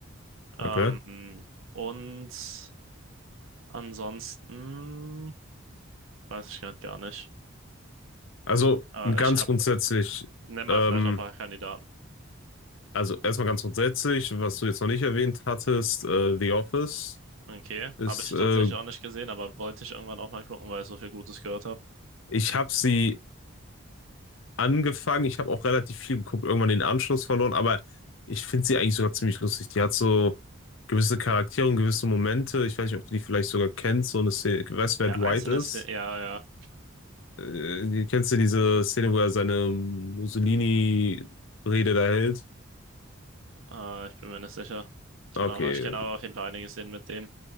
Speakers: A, on the right; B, on the left.
A: Ähm,
B: okay.
A: und ansonsten weiß ich gerade gar nicht.
B: Also
A: Äh,
B: ganz
A: ich habe,
B: grundsätzlich,
A: nenn mal
B: ähm,
A: vielleicht noch ein paar Kandidaten.
B: also erstmal ganz grundsätzlich, was du jetzt noch nicht erwähnt hattest, äh, The Office
A: Okay,
B: ist,
A: habe ich
B: äh,
A: tatsächlich auch nicht gesehen, aber wollte ich irgendwann auch mal gucken, weil ich so viel Gutes gehört habe.
B: ich habe sie angefangen. Ich habe auch relativ viel geguckt, irgendwann den Anschluss verloren, aber ich finde sie eigentlich sogar ziemlich lustig. Die hat so gewisse Charaktere und gewisse Momente. Ich weiß nicht, ob du die vielleicht sogar kennst. So eine Szene, ich weiß, wer
A: Ja,
B: Dwight
A: einzelne
B: ist.
A: Szenen, ja, ja,
B: Äh, kennst du diese Szene, wo er seine Mussolini-Rede da hält?
A: ja, äh, ich bin mir nicht sicher. Keine
B: Okay,
A: Ahnung, ich kenne aber auf jeden Fall einige Szenen mit dem.